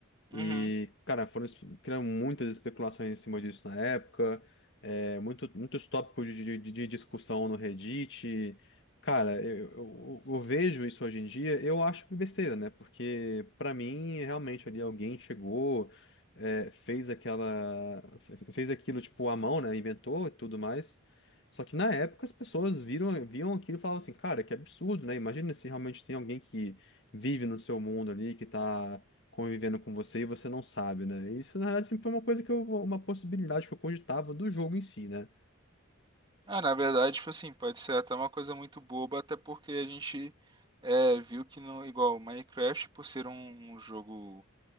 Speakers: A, on the right (about 20°); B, on the left (about 55°).
A: Uhum.
B: E, cara, foram, es- criaram muitas especulações em cima disso na época, é, muito, muitos tópicos de, de- de discussão no Reddit. Cara, eu, eu- eu vejo isso hoje em dia, eu acho besteira, né? Porque, pra mim, realmente ali alguém chegou, é, fez aquela, fe- fez aquilo tipo à mão, né? Inventou e tudo mais. Só que na época as pessoas viram, viam aquilo e falavam assim, cara, que absurdo, né? Imagina se realmente tem alguém que vive no seu mundo ali, que tá convivendo com você e você não sabe, né? Isso, na verdade, sempre foi uma coisa que eu, uma possibilidade que eu cogitava do jogo em si, né?
A: É, na verdade, tipo assim, pode ser até uma coisa muito boba, até porque a gente é, viu que no igual Minecraft, por ser um, um jogo